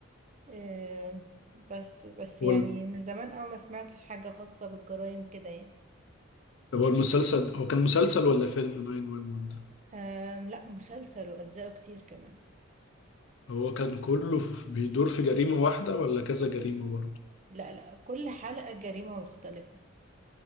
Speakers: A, on the right; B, on the left.
A: آه، بس بس
B: قول
A: يعني من زمان أوي ما سمعتش حاجة خاصة بالجرائم كده يعني
B: طب هو المسلسل هو كان مسلسل ولا فيلم 911 ده
A: آم، لا مسلسل وأجزاءه كتير كمان
B: هو كان كله في... بيدور في جريمة واحدة ولا كذا جريمة برضه
A: لا لا كل حلقة جريمة مختلفة